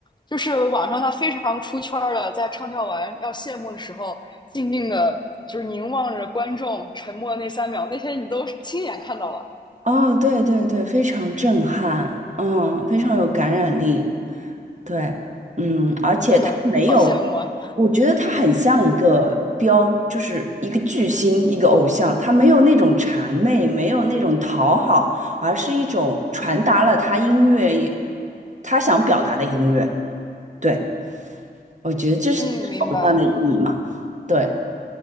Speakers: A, on the left; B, on the right.
A: 就是网上他非常出圈儿的，在唱跳完要谢幕的时候，静静的，就是凝望着观众，沉默那三秒，那些你都亲眼看到了。
B: 哦，对对对，非常震撼，嗯，非常有感染力。对，嗯，而没有，
A: 天呐，好羡慕啊！
B: 我觉得他很像一个标，就是一个巨星，一个偶像，他没有那种谄媚，没有那种讨好，而是一种传达了他音乐也，他想表达的音乐。对，我觉得这是这是偶像的意义嘛。
A: 嗯，明白。
B: 对，